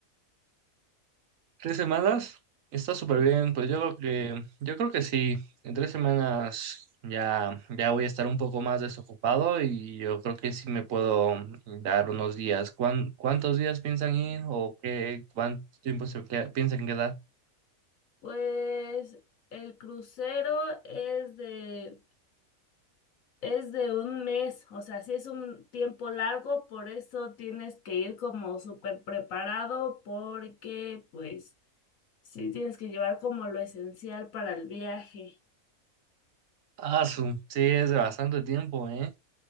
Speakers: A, on the right (about 75°); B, on the left (about 75°).
A: Tres semanas está súper
B: Sí.
A: bien, pues yo creo que, yo creo que sí, en tres semanas ya, ya voy a estar un poco más desocupado y yo creo que sí me puedo mm, dar unos días. ¿Cuán- cuántos días piensan ir o qué, cuánto tiempo se queda- piensan quedar?
B: Pues el crucero es de Es de un mes, o sea, sí es un tiempo largo, por eso tienes que ir como súper preparado, porque pues sí tienes que llevar como lo esencial para el viaje.
A: Ah, su- sí, es bastante tiempo, ¿eh?